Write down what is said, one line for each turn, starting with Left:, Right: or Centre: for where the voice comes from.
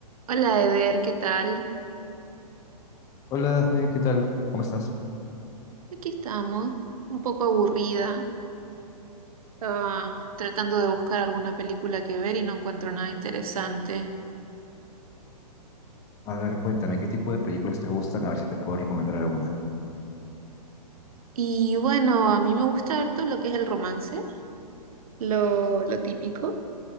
Right: Hola Eder, ¿qué tal?
Left: Hola Dafne, ¿qué tal? ¿Cómo estás?
Right: Aquí estamos, un poco aburrida. Estaba tratando de buscar alguna película que ver y no encuentro nada interesante.
Left: A ver, cuéntame, ¿qué tipo de películas te gustan? A ver si te puedo recomendar alguna.
Right: Y bueno, a mí me gusta harto lo que es el romance, lo, lo típico.